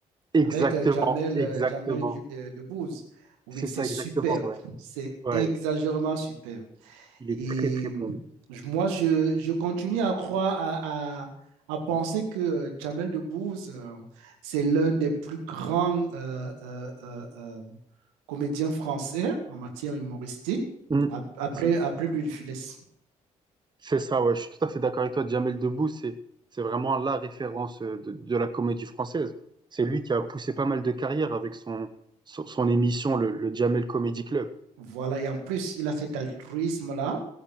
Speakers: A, on the right (about 25°); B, on the right (about 70°).
A: Exactement,
B: avec euh, Jamel,
A: exactement.
B: euh, Jamel Diou- de- Debbouze. Oui,
A: C'est
B: c'est
A: ça,
B: superbe,
A: exactement, ouais.
B: c'est
A: Ouais,
B: exagérément superbe.
A: il est
B: Et
A: très, très bon.
B: je- moi, je, je continue à croire, à, à- à penser que euh, Jamel Debbouze, euh, c'est l'un des plus grands euh, euh, euh, euh, comédiens français en matière humoristique,
A: Mm,
B: ap- après,
A: si,
B: après Louis de Funès.
A: C'est ça, ouais, je suis tout à fait d'accord avec toi. Jamel Debbouze, c'est, c'est vraiment la référence euh, de, de la comédie française. C'est lui qui a poussé pas mal de carrières avec son, son, son émission, le, le Jamel Comedy Club.
B: Voilà, et en plus, il a cet altruisme-là